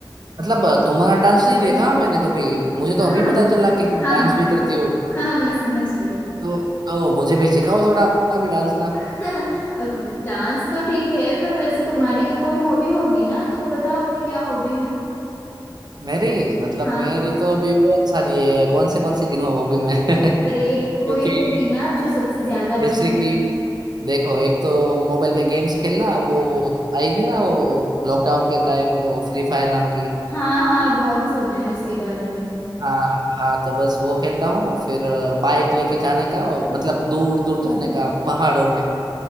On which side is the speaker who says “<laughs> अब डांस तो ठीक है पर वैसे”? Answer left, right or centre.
Left